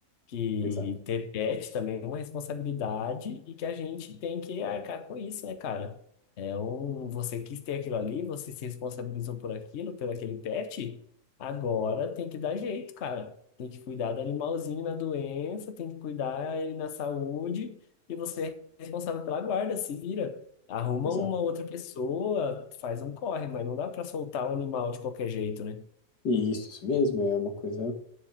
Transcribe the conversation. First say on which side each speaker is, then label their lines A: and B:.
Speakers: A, on the left; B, on the left.
A: que
B: Exato,
A: ter pet também é uma responsabilidade e que a gente tem que arcar com isso, né, cara? É um, você quis ter aquilo ali, você se responsabilizou por aquilo, pelo aquele pet, agora tem que dar jeito, cara. Tem que cuidar do animalzinho na doença, tem que cuidar ele na saúde e você é responsável pela guarda, se vira. Arruma
B: exato.
A: uma outra pessoa, faz um corre, mas não dá pra soltar o animal de qualquer jeito, né?
B: E isso, isso mesmo, é uma coisa,